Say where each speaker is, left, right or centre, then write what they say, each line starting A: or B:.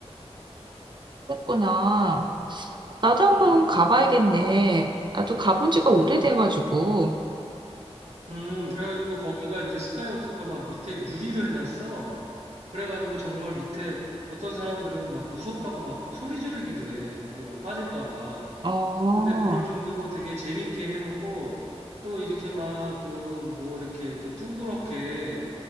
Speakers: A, on the right; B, on the right.
A: 그랬구나. 나도 한번
B: 음,
A: 가봐야겠네. 나도 가본 지가 오래돼가지고.
B: 음, 음. 그래가지고 거기가 이제 스카이워크가 막 밑에 유리로 해놨어. 그래가지고 정말 밑에 어떤 사람들은 막 무섭다고 막 소리 지르기도 해. 거기 막 빠질까 봐.
A: 어.
B: 근데 그럴 정도로 되게 재밌게 해놓고 또 이렇게 막 그 뭐 이렇게 이렇게 둥그렇게